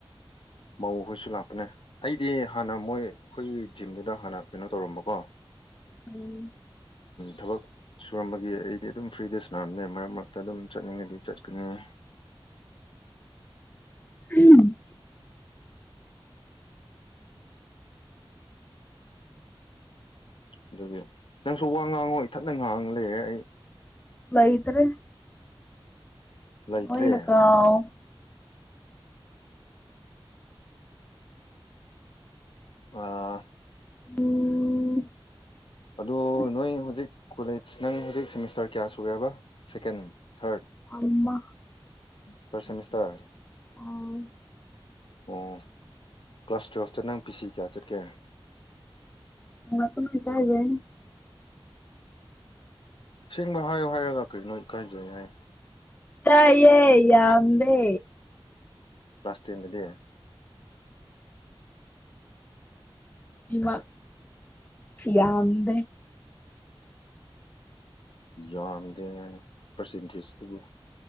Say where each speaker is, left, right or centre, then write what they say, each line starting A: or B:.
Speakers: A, on the left; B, on the left.
A: ꯃꯧꯈꯣꯏꯁꯨ ꯂꯥꯛꯄꯅꯦ ꯑꯩꯗꯤ ꯍꯥꯟꯅ ꯃꯣꯏ ꯑꯩꯈꯣꯏꯒꯤ ꯖꯤꯝꯗꯨꯗ ꯍꯥꯟꯅ ꯀꯩꯅꯣ ꯇꯧꯔꯝꯕꯀꯣ
B: ꯎꯝ
A: ꯊꯕꯛ ꯁꯨꯔꯝꯕꯒꯤ ꯑꯩꯗꯤ ꯑꯗꯨꯝ ꯐ꯭ꯔꯤꯗ ꯁꯅꯥꯝꯅꯦ ꯃꯔꯛ ꯃꯔꯛꯇ ꯑꯗꯨꯝ ꯆꯠꯅꯤꯡꯉꯗꯤ ꯆꯠꯀꯅꯤ ꯎꯝ
B: ꯎꯝ
A: ꯑꯗꯨꯒꯤ ꯅꯪꯁꯨ ꯋꯥ ꯉꯥꯡꯉꯣꯏ ꯏ ꯊꯠꯅ ꯉꯥꯡ ꯂꯩꯔꯦ ꯑꯩ
B: ꯂꯩꯇ꯭ꯔꯦ
A: ꯂꯩꯇ꯭ꯔꯦ
B: ꯍꯣꯏꯅꯀꯥꯎ
A: ꯑꯥ
B: ꯎꯝ
A: ꯑꯗ
B: ꯑꯁ
A: ꯅꯣꯏ ꯍꯧꯖꯤꯛ ꯀꯣꯂꯦꯖ ꯅꯪ ꯍꯧꯖꯤꯛ ꯁꯦꯃꯤꯁꯇꯔ ꯀꯌꯥ ꯁꯨꯈ꯭ꯔꯦꯕ ꯁꯦꯀꯦꯟ ꯊꯥꯔꯠ
B: ꯑꯝꯕ
A: ꯐꯔꯁ ꯏꯁꯇꯔ
B: ꯑꯥ
A: ꯑꯣ ꯀ꯭ꯂꯥꯁ ꯇꯨꯌꯦꯜꯐꯇ ꯅꯪ ꯄꯤ ꯁꯤ ꯀꯌꯥ ꯆꯠꯀꯦ
B: ꯑꯄ ꯇꯒꯦ <inaudible>
A: ꯁꯦꯡꯕ ꯍꯥꯏꯌꯣ ꯍꯥꯏꯔꯒ ꯀꯔꯤꯅꯣ ꯀꯥꯏꯖꯩ ꯍꯥꯏ
B: ꯇꯌꯦ ꯌꯥꯝꯗꯦ
A: ꯀ꯭ꯂꯥꯁ ꯇꯦꯟꯗꯗꯤ
B: ꯃ ꯌꯥꯝꯗꯦ
A: ꯌꯥꯝꯗꯦ ꯄ꯭ꯔꯁꯤꯟꯊꯤꯁꯇꯕꯨ